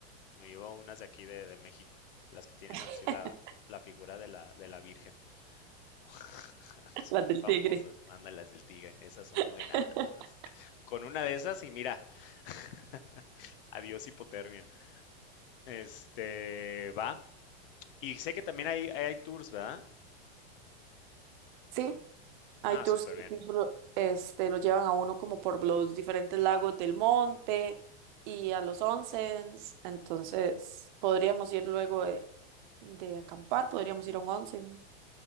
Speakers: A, on the left (about 55°); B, on the right (about 50°).
A: Me llevo unas de aquí de, de México, las que tienen
B: <laughs>
A: así la, la figura de la, de la Virgen. <laughs> que son
B: Las
A: muy
B: del
A: famosas.
B: tigre.
A: Ándale, las del tigre, esas son
B: <laughs>
A: buenas. <laughs> Con una de esas y mira, <laughs> adiós hipotermia. Este, va. Y sé que también hay, hay, hay tours, ¿verdad?
B: Sí, hay
A: Ah,
B: tours
A: súper
B: que
A: bien.
B: incluso lo, este, lo llevan a uno como por los diferentes lagos del monte y a los onsens. Entonces, podríamos ir luego de, de acampar, podríamos ir a un onsen.